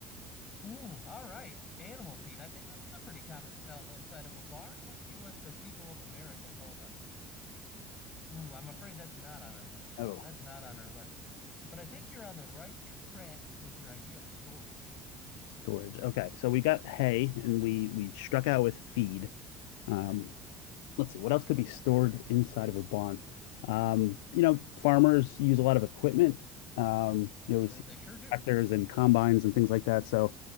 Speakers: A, on the left (about 45°); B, on the left (about 80°).
A: Ooh, all right. Animal feed. I think that's a pretty common smell inside of a barn. Let's see what the people of America told us. Ooh, I'm afraid that's not on our list.
B: Oh,
A: That's not on our list. But I think you're on the right track with your idea of storage.
B: storage. Okay, so we got hay and we we struck out with feed. Um, let's see, what else could be stored inside of a barn? Um, you know, farmers use a lot of equipment. Um, you know, we
A: Uh,
B: see
A: they sure do.
B: tractors and combines and things like that. So